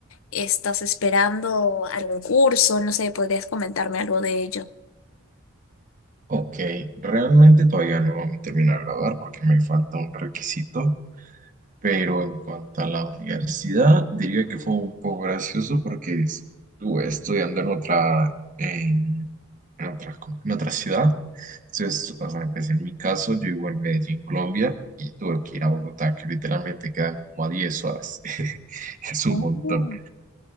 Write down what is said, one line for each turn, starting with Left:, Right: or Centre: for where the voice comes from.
Left: ¿Estás esperando algún curso? No sé, ¿podrías comentarme algo de ello?
Right: Ok, realmente todavía no me termino de grabar porque me falta un requisito, pero en cuanto a la universidad, diría que fue un poco gracioso porque estuve estudiando en otra, en, en otra, co- en otra ciudad. Entonces, o sea, pues en mi caso, yo vivo en Medellín, Colombia, y tuve que ir a Bogotá, que literalmente queda como a 10 horas. <laughs> Es un
Left: Oh,
Right: montón.